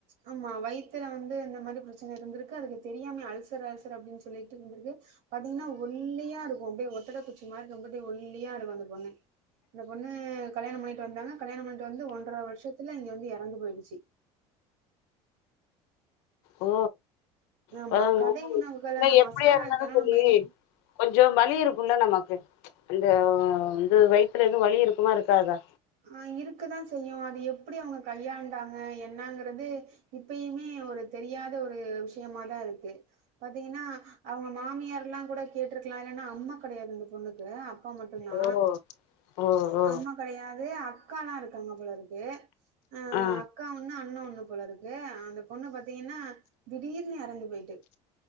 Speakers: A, on the right (about 70°); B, on the left (about 80°).
A: ஆமா வயித்துல வந்து இந்த மாரி பிரச்சனை இருந்திருக்கு அதுக்கு தெரியாமே அல்சர் அல்சர் அப்டின்னு சொல்லிட்டு ந்திருக்கு பாத்தீங்கனா ஒல்லியா இருக்குன் அப்டியே ஒட்டட குச்சி மாரி ரொம்ப அப்டியே ஒல்லியா இருக்கும் அந்த பொண்ணு அந்த பொண்ணு கல்யாணம் பண்ணிட்டு வந்தாங்க கல்யாணம் பண்ணிட்டு வந்து ஒன்றர வருஷத்துல இங்க வந்து எறந்து போயிடுச்சு
B: ஓ
A: ஆமா
B: ப <unintelligible>
A: கடை
B: ஆனா
A: உணவுகள் அந்த
B: எப்டியா
A: மசாலா
B: இருந்தாலு
A: ஐட்டம்லாம்
B: தோழி
A: நம்ம எந்
B: கொஞ்சம் வலி இருக்குன்ல நமக்கு அந்த வந்து வயித்துல எது வலி இருக்குமா இருக்காதா
A: ஆ இருக்குதா செய்யும் அது எப்டி அவங்க கையாண்டாங்க என்னங்கிறது இப்பயுமே ஒரு தெரியாத ஒரு விஷயமாதா இருக்கு பாத்திங்கனா அவங்க மாமியார்லான் கூட கேட்டுயிருக்கலா இல்லனா அம்மா கெடையாது அந்த பொண்ணுக்கு அப் ப்பா மட்டும்தான்
B: ஓ ஓ ஓ
A: அம்மா கெடையா அதே அக்கால்லா இருக்காங்க போல இருக்கு அ
B: ஆ
A: அக்கா ஒன்னு அண்ண ஒண்ணு போல இருக்கு அந்த பொண்ணு பாத்தீங்கனா திடீர்னு எறந்து போயிட்டு